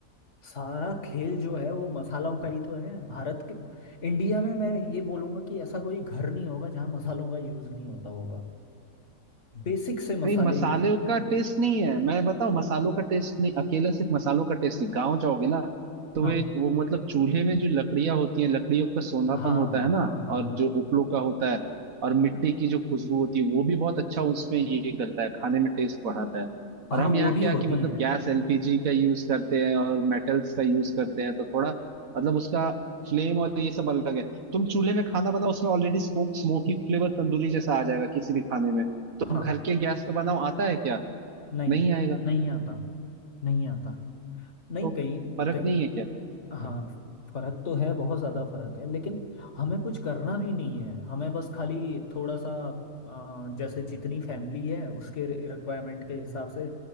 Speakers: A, on the left (about 60°); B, on the right (about 80°).
A: सारा खेल जो है वो मसालों का ही तो है भारत के इंडिया में मैं ये बोलूंगा कि ऐसा कोई घर नहीं होगा जहाँ मसालों का यूज नहीं होता होगा बेसिक से मसाले
B: नहीं मसाले
A: यूज
B: का टेस्ट नहीं है मैं बताऊं मसालों का टेस्ट नहीं अकेला सिर्फ मसालों का टेस्ट नहीं गांव जाओगे ना तो
A: हाँ
B: वे वो मतलब चूल्हे में जो लकड़ियां होती हैं लकड़ियों का सोंधापन
A: हाँ
B: होता
A: हाँ
B: है ना
A: हाँ
B: और
A: हाँ
B: जो उपलों का होता है और मिट्टी की जो खुशबू होती है वो भी बहुत अच्छा उसमें ये करता है खाने में टेस्ट बढ़ाता है
A: हाँ
B: और हम
A: वो
B: यहाँ
A: भी
B: क्या
A: होती
B: कि मतलब
A: हैं
B: गैस एलपीजी का यूज करते हैं और मेटल्स का यूज करते हैं तो थोड़ा मतलब उसका फ्लेम और ये सब अलग है तुम चूल्हे में खाना बनाओ उसमें ऑलरेडी स्मोक स्मोकी फ्लेवर तंदूरी जैसा आ जाएगा किसी भी खाने में तुम
A: हाँ
B: घर के गैस पे बनाओ आता है क्या
A: नहीं
B: नहीं आएगा
A: नहीं आता नहीं आता नहीं
B: तो
A: कहीं
B: फर्क
A: कहीं
B: नहीं है क्या
A: हाँ फ- फर्क तो है बहुत ज्यादा फर्क है लेकिन हमें कुछ करना भी नहीं है हमें बस खाली थोड़ा सा आ, जैसे जितनी फैमिली है उसके रिक्वायरमेंट के हिसाब से